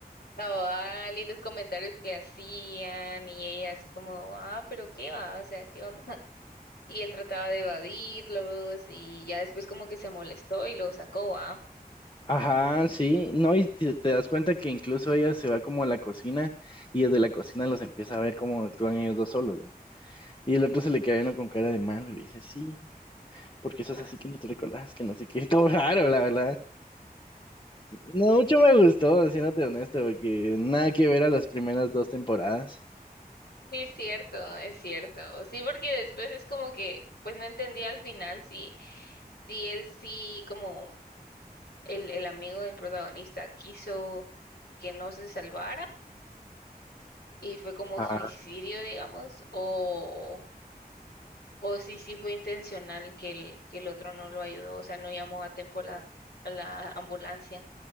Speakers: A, on the left; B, on the left.
A: Cabal, y los comentarios que hacían, y ella así como, ah, pero qué va, o sea, qué onda. y él trataba de evadirlos y ya después como que se molestó y lo sacó, ah.
B: Ajá, sí, no, y te, te das cuenta que incluso ella se va como a la cocina y desde la cocina los empieza a ver cómo actúan ellos dos solos, ¿no? Y el otro se le queda uno con cara de malo, le dice, sí, porque eso
A: <laughs>
B: es así que no te recordás, que no sé qué, <laughs> todo raro, la verdad. No mucho me gustó, siéndote honesto, porque nada que ver a las primeras dos temporadas.
A: Es cierto, es cierto. Sí, porque después es como que, pues no entendía al final si, si él sí, como el, el amigo del protagonista quiso que no se salvara y fue como
B: Ah,
A: suicidio, digamos, o, o si sí fue intencional que el, que el otro no lo ayudó, o sea, no llamó a tiempo la, a la ambulancia.